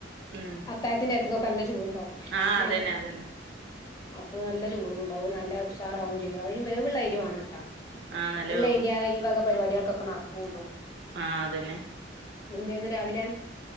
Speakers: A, on the right; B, on the left.
A: ഉം
B: അത്തായത്തിനേരതൊക്കെ നല്ല ചൂടുണ്ടാവും.
A: ആഹ്
B: ഞങ്ങ
A: അതന്നെ അതന്നെ
B: അപ്പൊ നല്ല ചൂടുണ്ടാവും നല്ല ഉഷാറാവും ചെയ്യും അതിന് വേവുള്ള അരിവണൊട്ടാ
A: ആ
B: വേവുള്ള
A: നല്ല
B: അരിയ ഈ വക പരിപാടികൾക്കൊക്കെ നടക്കുള്ളൂ.
A: ആഹ് അതന്നെ
B: ഇന്ന് എന്തേരുന്നു രാവിലെ?